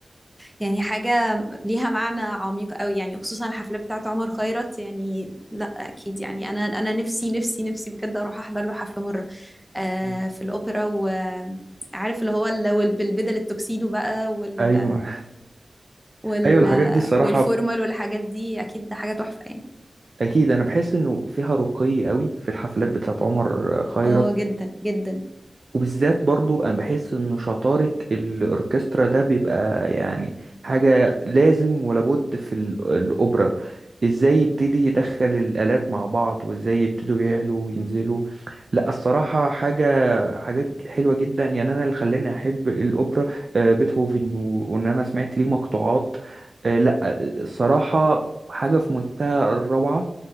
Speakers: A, in the centre; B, on the right.
A: يعني حاجة ليها معنى عميق قوي يعني خصوصا الحفلة بتاعت عمر خيرت يعني لا اكيد يعني انا انا نفسي نفسي نفسي بجد اروح احضر له حفلة مرة آه
B: مم.
A: في الاوبرا وعارف اللي هو اللي وال- بالبدل التوكسيدو بقى وال
B: ايوه
A: وال
B: ايوه الحاجات دي الصراحة
A: والفورمال والحاجات دي اكيد ده حاجة تحفة يعني
B: اكيد انا بحس انه فيها رقي قوي في الحفلات بتاعت عمر خيرت
A: اه جدا جدا
B: وبالذات برضو انا بحس ان شطارة الاوركسترا ده بيبقى يعني حاجة لازم ولابد في ال- الاوبرا ازاي يبتدي يدخل الالات مع بعض وازاي يبتدوا يعلوا وينزلوا
A: مم.
B: لا الصراحة حاجة حاجات حلوة جدا يعني انا اللي خلاني احب الاوبرا آه، بيتهوفن و- وان انا سمعت ليه مقطوعات آه، لا الصراحة حاجة في منتهى الروعة